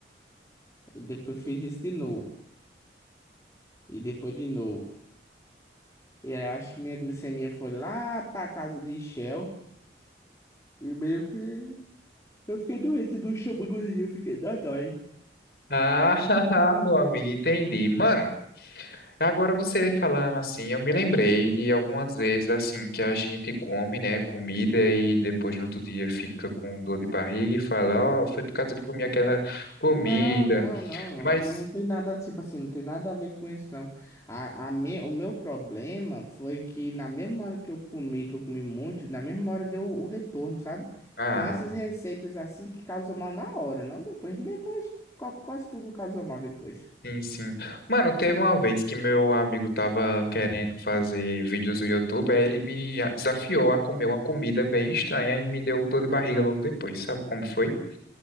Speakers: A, on the left; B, on the left.
A: E depois fiz isso de novo. E depois de novo. E aí eu acho que minha glicemia foi lá pra casa de Shell. E meio que. Eu fiquei doente do estômagozinho, eu fiquei da dói.
B: Ah, <laughs> meu amigo, entendi. Mano, Agora você falando assim, eu me lembrei de algumas vezes assim que a gente come, né, comida e depois no outro dia fica com dor de barriga e fala, ó, foi por causa que eu comi aquela comida.
A: Não, não, não, não,
B: Mas,
A: não tem nada, tipo assim, não tem nada a ver com isso, não. A, a me, o meu problema foi que na mesma hora que eu comi, que eu comi muito, na mesma hora deu o retorno, sabe?
B: ah,
A: São essas receitas assim que causam mal na hora, não depois. Depois, que qua- quase tudo causa mal depois.
B: sim, sim. Mano, teve uma vez que meu amigo tava querendo fazer vídeos do YouTube, aí ele me desafiou a comer uma comida bem estranha e me deu dor de barriga logo depois. Sabe como foi?